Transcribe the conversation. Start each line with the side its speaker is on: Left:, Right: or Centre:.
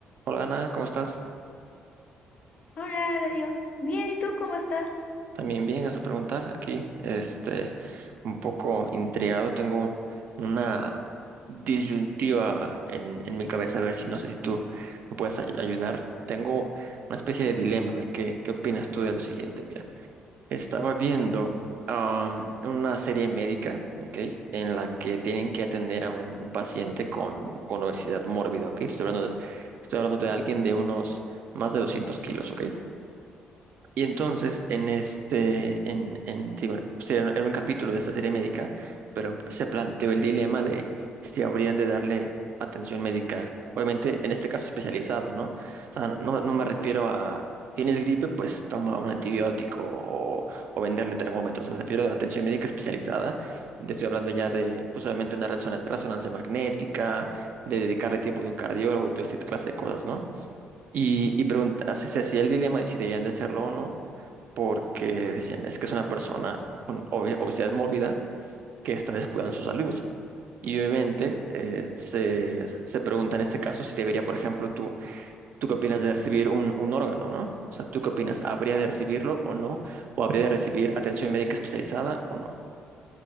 Right: Hola Ana, ¿cómo estás?
Left: Hola, Darío. Bien, ¿y tú cómo estás?
Right: También bien, gracias por preguntar. Aquí, este, un poco intrigado, tengo una disyuntiva en, en mi cabeza, a ver si no sé si tú me puedes ay- ayudar. Tengo una especie de dilema, a ver qué, qué opinas tú de lo siguiente. Mira, estaba viendo am, una serie médica, ¿ok? En la que tienen que atender a un paciente con, con obesidad mórbida, ¿ok? Estoy hablando de, estoy hablando de alguien de unos más de 200 kilos, ¿ok? Y entonces, en este, en, en- digo, sería un- era un capítulo de esta serie médica, pero se planteó el dilema de si habrían de darle atención médica, obviamente en este caso especializada, ¿no? O sea, no, no me refiero a, tienes gripe, pues toma un antibiótico o, o venderle termómetros, me refiero a atención médica especializada, de- estoy hablando ya de, pues obviamente una resona- resonancia magnética, de dedicarle tiempo de un cardiólogo y toda esa clase de cosas, ¿no? Y, y pregunta, se se hacía el dilema de si debían de hacerlo o no porque decían, es que es una persona con obe- obesidad mórbida que está descuidando su salud. Y obviamente eh, se, se pregunta en este caso si debería, por ejemplo, tú, ¿tú qué opinas de recibir un, un órgano, ¿no? O sea, ¿tú qué opinas? ¿Habría de recibirlo o no? ¿O habría de recibir atención médica especializada o no?